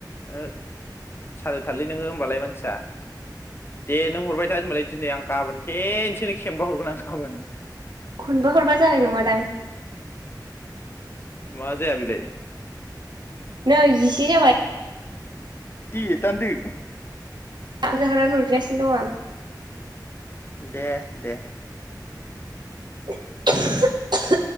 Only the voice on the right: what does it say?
खनबो हरबा जानाय नङादां
नै जि जि जाबाय।
ओंखाम जाखांनानै हरफिनगासिनो दं आं
<unintelligible>